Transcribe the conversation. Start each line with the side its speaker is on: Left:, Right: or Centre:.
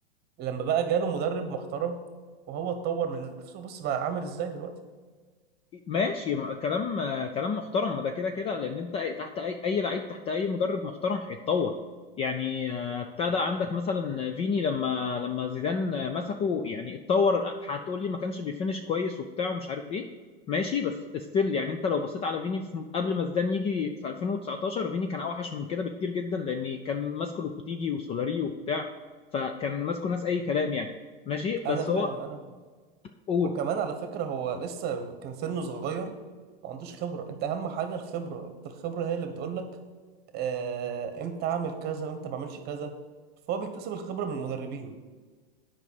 Right: لما بقى جاله مدرب محترم وهو اتطور من نفسه بص بقى عامل ازاي دلوقتي
Left: ماشي ما- كلام آه، كلام محترم ما ده كده كده لان انت أي- تحت اي اي لعيب تحت اي مدرب محترم هيتطور يعني آه، ابتدى عندك مثلا فيني لما لما زيدان آه، مسكه يعني اتطور هتقول لي ما كانش بيفنش كويس وبتاع ومش عارف ايه ماشي بس ستيل يعني انت لو بصيت على فيني في قبل ما زيدان يجي في 2019 فيني كان اوحش من كده بكتير جدا لان كان ماسكه لوبوتيجي وسولاري وبتاع فكان ماسكه ناس اي كلام يعني ماشي بس
Right: انا فاهم
Left: هو
Right: انا فاهم.
Left: قول
Right: وكمان على فكره هو لسه كان سنه صغير ما عندوش خبره انت اهم حاجه الخبره انت الخبره هي اللي بتقولك آه امتى اعمل كذا وامتى ما اعملش كذا فهو بيكتسب الخبره من المدربين